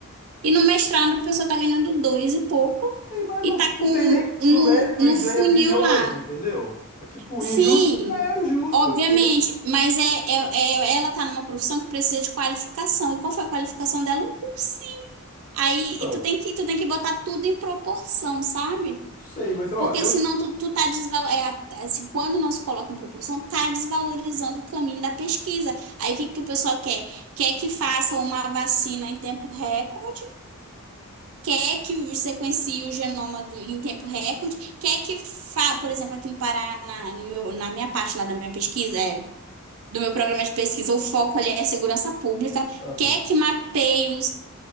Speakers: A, on the right; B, on the left.
A: E no mestrado a pessoa tá ganhando dois e pouco
B: Ei, Mas
A: e
B: não,
A: tá
B: não
A: com
B: tem nem
A: no,
B: ensino médio
A: no
B: e ganha
A: funil
B: bilhões,
A: lá.
B: entendeu? É tipo,
A: Sim,
B: injusto é injusto.
A: obviamente,
B: eu sei.
A: mas é, é, é- ela tá numa profissão que precisa de qualificação. E qual foi a qualificação dela? Um curso Aí
B: Então,
A: e tu tem
B: não
A: que, tu tem que botar tudo em proporção, sabe?
B: sei, mas, ó,
A: Porque
B: eu...
A: senão tu, tu tá desval... é, a- assim, quando não se coloca em proporção, tá desvalorizando o caminho da pesquisa. Aí o que que o pessoal quer? Quer que faça uma vacina em tempo recorde, quer que sequencie o genoma do- em tempo recorde, quer que fa, por exemplo, aqui no Pará, na, no meu- na minha parte lá da minha pesquisa, é, do meu programa de pesquisa, o foco ali é segurança pública,
B: Aham.
A: quer que mapeie os